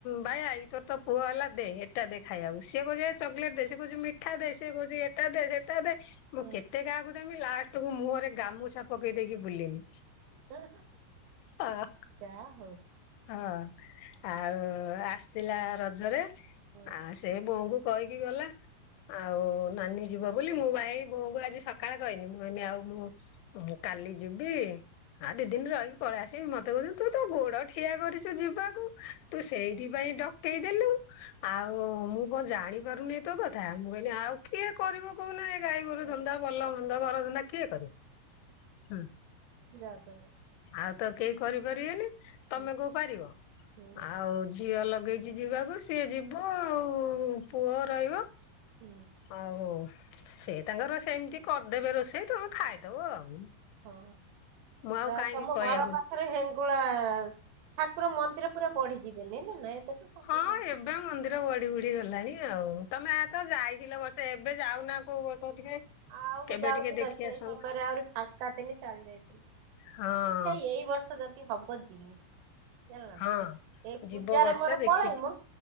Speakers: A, on the left; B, on the right.
A: ବାୟା ଦ୍ଭା ଇ ତୋର ତ ପୁଅ ହେଲା ଦେ ଏଟା ଦେ ଖାଇବାକୁ ସିଏ କହୁଚି ଚକଲେଟ ଦେ। ସେ କହୁଛି ମିଠା ଦେ ସେ କହୁଛି ଏଟା ଦେ ସେଟା ଦେ ମୁଁ
B: ହୁଁ
A: କେତେ କାହାକୁ ଦେମି ଲାଷ୍ଟକୁୁ ମୁହଁରେ ଗାମୁଛା ପକେଇ ଦେଇକି ବୁଲିମି।
B: ହଁ
A: ହଁ
B: ଯା ହଉ।
A: ହଁ ଆଉ ଆସିଥିଲା ରଜରେ
B: ହଁ।
A: ଆ ସେ ବୋଉଙ୍କୁ କହିକି ଗଲା। ଆଉ ନାନୀ ଯିବ ବୋଲି ମୁଁ ଭାଇ ବୋଉଙ୍କୁ ଆଜି ସକାଳେ କହନି ମୁଁ କହିଁନି ଆଉ ମୁଁ ଓ କାଲି ଯିବି ଆ ଦି ଦିନ ରହିକି ପଳେଇ ଆସିବି ମତେ କହୁଛନ୍ତି ତୁ ତ ଗୋଡ ଠିଆ କରିଚୁ ଯିବାକୁ। ତୁ ସେଇଥି ପାଇଁ ଡକେଇଦେଲୁ ଆଉ ମୁଁ କଣ ଜାଣିପାରୁନି। ତୋ କଥା ମୁଁ କହିନି ଆଉ କିଏ କରିବ କହୁନା ଏଇ ଗାଈ ଗୋରୁ
B: ହୁଁ।
A: ଧନ୍ଦା ଭଲଭନ୍ଦ ଘରଧନ୍ଦା କିଏ କରିବ ହୁଁ।
B: ଯା ତମେ।
A: ଆଉ ତ କେଇ କରିପାରିବେନି
B: ହୁଁ
A: ତମେ କଉପାରିବ
B: ହୁଁ
A: ଆଉ। ଝିଅ ଲଗେଇଚି ଯିବାକୁ ସିଏ ଯିବ ଆଉ ପୁଅ ରହିବ।
B: ହୁଁ।
A: ଆଉ ସେ ତାଙ୍କର ସେମିତି କରିଦେବେ ରୋଷେଇ ତମେ ଖାଇଦବ ଆଉ।
B: ହଁ
A: ମୁଁ ଆଉ
B: ଯାହା
A: କାହିଁକି
B: ତମ
A: କହିବାକୁ
B: ଘର ପାଖରେ ହେନ ଗୁଳା ଠାକୁର ମନ୍ଦିର ପୁରା ବଢିଯିବେନି ନା ନାଇଁ ତ। ସବୁ
A: ହଁ
B: ମନ୍ଦିର
A: ଏବେ ମନ୍ଦିର ବଢି ବଢି ଗଲାଣି ଆଉ ତମେ ଏତ ଯାଇଥିଲ ବର୍ଷେ ଏବେ ଯାଉନା କୋଉ ବର୍ଷ ଟିକେ
B: ଆଉ
A: କେବେ
B: ଯାଉଚିନା
A: ଟିକେ ଦେଖି
B: ସେଇ
A: ଆସନ୍ତ
B: ସମୟରେ ଆହୁରି ଫାଙ୍କା ଥିନି ଚାଲି ଯାଇଥିନି।
A: ହଁ
B: ଦେଖିଆ ଏଇ ବର୍ଷ ଯଦି ହବ ଯିମି। ଜାଣିଲୁନା
A: ହଁ
B: ଏଇ ପୂଜାରେ
A: ଯିବ ବର୍ଷେ
B: ମୋର
A: ଦେଖିକି
B: ପଳେଇମୁ